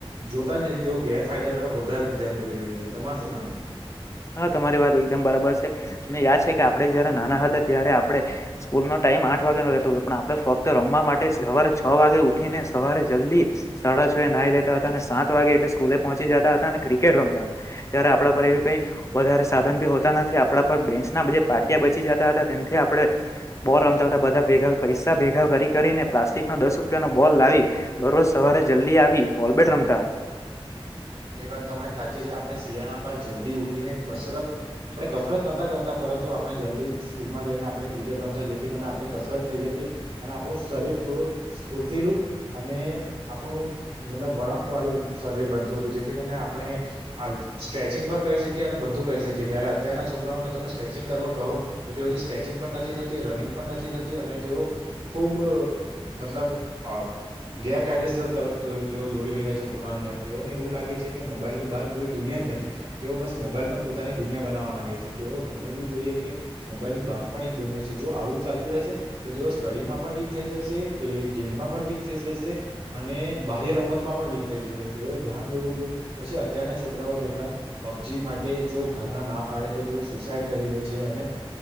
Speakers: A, on the right; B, on the left.
A: જોતા જ નથી તેઓ ગેરફાયદા તરફ વધારે ધ્યાન દોર રી છે તમાર શું માનવું છે.
B: હા તમારી વાત એકદમ બરાબર છે તમને યાદ છે કે આપડે જયારે નાના હતા ત્યારે આપણે સ્કૂલ નો ટ ટાઇમ આઠ વાગે ન રહેતો પણ આપણે ફક્ત રમવા માટે સવારે છ વાગે ઉઠીને સવારે જલ્દી સાડા નાઈ લેતા હતા અને સાત વાગે એટલે સ્કૂલે પહોંચી જતા હતા અને ક્રિકેટ રમતા હતા ત્યારે આપણા પર એ કે વધારે સાધન ભી હોતા નથી આપણા પર બેન્ચના પાટિયા બચી જતા હતા તેથી આપણે બોલ રમતાવતા બધા ભેગા પૈસા ભેગા કરીને પ્લાસ્ટિક નો દસ રૂપિયાનોો બોલ લાવી દરરોજ સવારે જલ્દી આવી વોલબેટ રમતા હતા
A: એ વાત તમારી સાચી છે આપણે જ શિયાણા બા જલ્દી ઉઠીને કસરત આપણે કસરત નતા કરતા પરંતુ આપણે જલ્દી સ્કૂલમાં જઈને ્ર આપણે કિકેટ રમતા જેથી આપણી કસરત થઈ જતી અને આપણું શરીર થોડું સ્ફૂર્તિલું અને ને આપણું મતલબ વળાંક વાળું શરીર બનતું હતું જેથી કરીને આપણે સ્ટ્રેચિંગ પણ કરી શકીએ અને બધું કરી શકીએ ત્યારે અત્યારના છોકરાઓને તમે સચિંગ કરવા કહો તો તેઓથી સ્ટ્રેચિંગ પણ નથી થતી રનિંગ પણ નથી થતી અને તેઓ ખુબ મતલબ અ ગેરકાયદેસર તરફ તેઓ દોરી રહ્યા છે પોતાનું ધ્યાન તેઓ એવું લાગે છે કે મોબાઈલ ની બહાર કોઈ દુનિયા જ નથી તેઓ બસ મોબાઈલમાં જ પોતાની દુનિયા બનાવવા માંગે છે તેઓ સમજવું જોઈએ કે મોબાઈલની ભાગ પણ એક દુનિયા છે જો આવું ચાલતું રહેશે તો તેઓ સ્ટડી માં પણ વીક થઈ પ્લે ગેમમાં પણ વીક થઈ જશે અને બાહ્ય રમતમાં પણ વીક થઈ જશે તે ધ્યાન દોરવુંઈએ પછી અત્યારના છોકરાઓ બધા પબજી માટે જો ઘરના ના પાડે તો તેઓ સુસાઈડ કરી લે છે અને